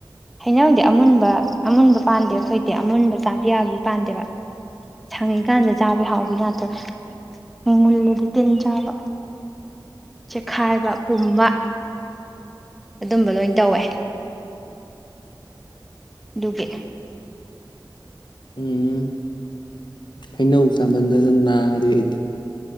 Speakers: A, in the centre; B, on the left.
A: ꯍꯩꯅꯧꯗꯤ ꯑꯃꯨꯟꯕ ꯑꯃꯨꯟꯕ ꯄꯥꯟꯗꯦ ꯑꯩꯈꯣꯏꯗꯤ ꯑꯃꯨꯟꯕ ꯆꯥꯕ ꯌꯥꯕ ꯄꯥꯟꯗꯦꯕ ꯁꯪꯉꯤꯀꯥꯟꯗ ꯆꯥꯕ ꯍꯥꯎꯕꯤ ꯉꯥꯛꯇꯕ ꯃꯨꯜꯂꯗꯤ ꯇꯤꯟ ꯆꯥꯕ ꯆꯦꯛꯈꯥꯏꯕ ꯄꯨꯝꯕ ꯑꯗꯨꯝꯕ ꯂꯣꯏ ꯇꯧꯋꯦ ꯗꯨꯕꯦ
B: ꯎꯝ ꯑꯩꯅꯧ ꯆꯥꯃꯜꯗꯅ ꯅꯥꯔꯦ ꯑꯩꯗꯤ